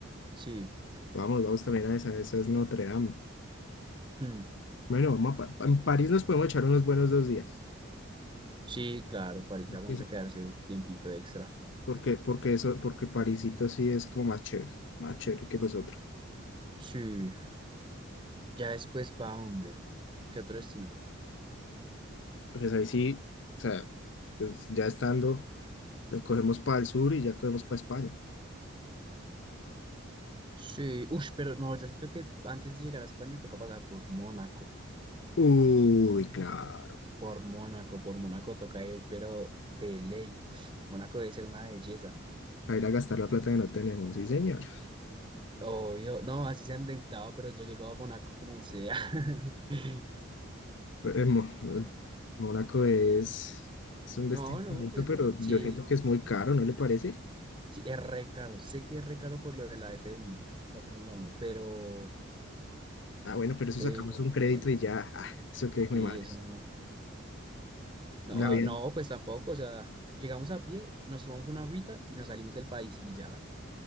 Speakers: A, on the right (about 25°); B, on the left (about 60°).
A: Sí,
B: Vamos, vamos también a esa, esa es Notre Dame.
A: hmm.
B: Bueno, vamos a Pa- pa- en París nos podemos echar unos buenos dos días.
A: Sí, claro, París aguanta
B: Eso-
A: quedarse tiempito extra.
B: Porque, porque eso, porque Parisito sí es como más chévere, más chévere que nosotros.
A: Sí. Ya después, ¿para dónde? ¿Qué otro destino?
B: Pues ahí sí, o sea, pues ya estando, nos cogemos para el sur y ya cogemos para España.
A: Sí, uff, pero no, yo siento que antes de llegar a España toca pasar por Mónaco,
B: Uy, claro.
A: por Mónaco, por Mónaco toca ir, pero de ley. Mónaco debe ser una belleza.
B: a ir a gastar la plata que no tenemos, sí, señor.
A: Obvio, no, así se han endeudado, pero yo llego a Mónaco como sea. <laughs>
B: Pero, eh, Mo- Mónaco es, es un destino
A: No, no,
B: bonito,
A: pues
B: pero
A: sí,
B: yo siento que es muy caro, ¿no le parece?
A: sí, es re caro. Sé que es re caro por lo de la f uno, la Fórmula uno, pero,
B: Ah, bueno, pero eso
A: pero,
B: sacamos un crédito
A: ¿qué?
B: y ya, ah, eso que es
A: Sí,
B: mi madre.
A: eso no. No,
B: La
A: ah,
B: vida,
A: no, pues tampoco, o sea, llegamos a pie, nos tomamos una agüita y nos salimos del país y ya.